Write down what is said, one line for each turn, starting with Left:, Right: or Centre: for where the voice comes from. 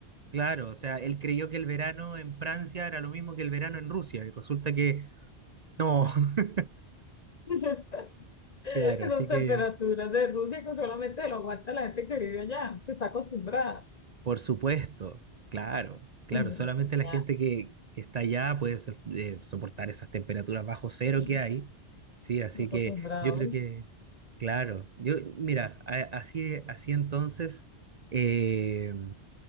Right: Claro, o sea, él creyó que el verano en Francia era lo mismo que el verano en Rusia y resulta que no, <laughs>
Left: mío. <laughs> <laughs> Esas
Right: claro, así que
Left: temperaturas de Rusia que solamente lo aguanta la gente que vive allá, que está acostumbrada.
Right: por supuesto, claro, claro,
Left: Y
Right: solamente
Left: sería,
Right: la gente que, que está allá puede so- eh, soportar esas temperaturas bajo cero
Left: sí,
Right: que hay, sí, así
Left: acostumbrados.
Right: que yo creo que, claro, yo, mira, a- así, así entonces, eh,